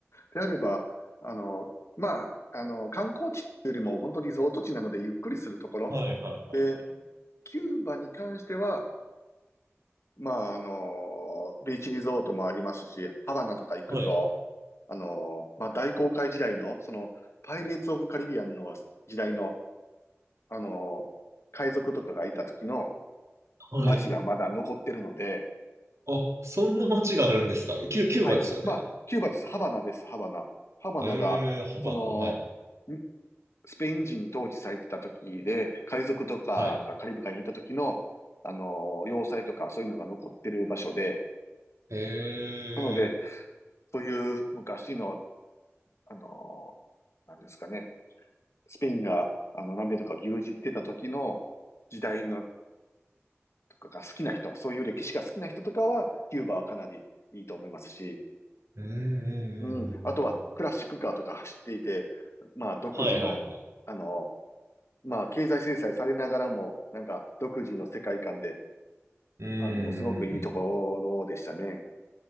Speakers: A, on the left; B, on the right.
A: であれば、あの、まあ、あの、観光地っていうよりも、本当リゾート地なので、ゆっくりするところ。
B: はいはいはい。
A: で、キューバに関しては、まあ、あの、ビーチリゾートもありますし、ハバナとか行くと、
B: はい。
A: あの、まあ、大航海時代の、その、パイレーツ・オブ・カリビアンの時代の、あの、海賊とかがいた時の
B: はい。
A: 街がまだ残ってるので、
B: あ、そんな街があるんですかキュ、キューバですよね。
A: はい、まあ、キューバです。ハバナです、ハバナ。ハバナが、
B: えー、ハバナはい。
A: その、んスペイン人に統治されてた時で、海賊とかがカリブ海にいた時の、
B: はい。
A: あの、要塞とかそういうのが残ってる場所で、
B: え
A: なので、そういう昔の、あのなんですかね、スペインが、あの、南米とか牛耳ってた時の時代のとかが好きな人、そういう歴史が好きな人とかは、キューバはかなりいいと思いますし、
B: ー、うんうんうんうんうん。
A: うん。あとは、クラシックカーとか走っていて、まあ、独自の、
B: はいはいはい。
A: あのまあ、経済制裁されながらも、なんか、独自の世界観で、
B: うんうんうん。
A: あの、すごくいいところでしたね。